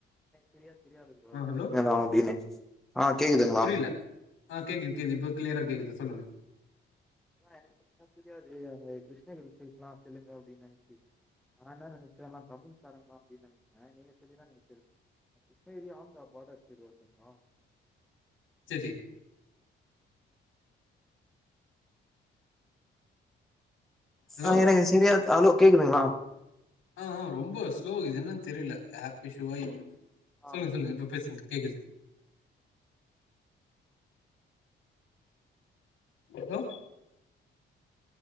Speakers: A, in the centre; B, on the left.
A: தெரிங்க
B: ஆ ஹலோ
A: தா அப்டின்னு ஆ கேக்குதுங்ளா
B: புரியல ஆ கேக்குது கேக்குது ப கிளியரா கேக்குது சொல்லுங்க
A: எனக்கு தெரியாது அங்க கிருஷ்ணகிரி சேக்கலா செல்லுங்க அப்டின் நெனச்சு நா என்ன நெனச்ச எல்லா தமிழ் காரங்கலா அப்டின் நெனைச்ச நீங்க சொல்லிதா எனக்கு தெரிது கிருஷ்ணகிரி ஆந்திரா பார்டர் சைடு வருதுங்ளா
B: செரி ஹலோ
A: ஆ எனக்கு செரியா ஹலோ கேக்குதுங்களா
B: ஆ ஆ ரொம்ப ஸ்லோ இது என்னன் தெரியல ஆப் இஷூவா என்னன்
A: ஹலோ
B: சொல்லுங்க சொல்லுங்க இப்ப பேசுங்க கேக்குது ஹலோ